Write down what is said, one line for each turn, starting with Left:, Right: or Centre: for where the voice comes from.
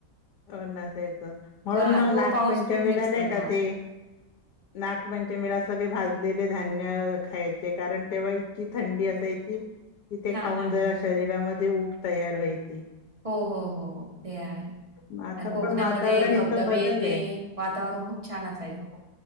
Left: हो नसायचं म्हणून
Right: का-
Left: मग
Right: तो
Left: नागपंचमीला
Right: पाऊस खूप मिस
Left: नाही
Right: करतो
Left: का
Right: आपण.
Left: ते. नागपंच मिला सगळे भाजलेले धान्य खायचे. कारण, तेव्हा इतकी थंडी असायची. ती ते
Right: हा
Left: खाऊन
Right: हा
Left: जरा शरीरामध्ये ऊब तयार व्हायची.
Right: हो हो हो हो ते आहे.
Left: म आता
Right: आणि कोकणामध्ये
Left: पण वातावरण इतकं
Right: धबधबे
Left: बदललंय
Right: ते वातावरण खूप छान असायच हो.